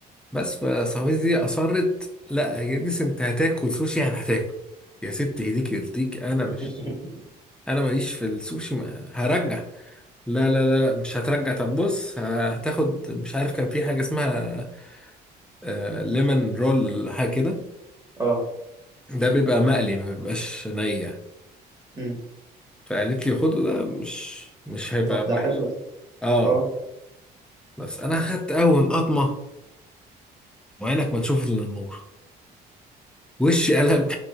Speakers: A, in the centre; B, on the right (about 20°).
A: بس فصاحبتي دي اصرت لا يا جديس انت هتاكل سوشي يعني هتاكل يا ست ايديك يرضيك انا
B: <laughs>
A: مش انا ماليش في السوشي ما هرجع لا لا لا لا مش هترجع طب بص هتاخد مش عارف كان في حاجه اسمها آه ليمون رول حاجه كده
B: اه
A: ده بيبقى مقلي ما بيبقاش نية
B: امم
A: فقالت لي خده ده مش مش هيبقى
B: طب ده
A: وحش
B: حلو ده
A: اه
B: اه
A: بس انا خدت اول قطمه وعينك ما تشوف الا النور وشي قلب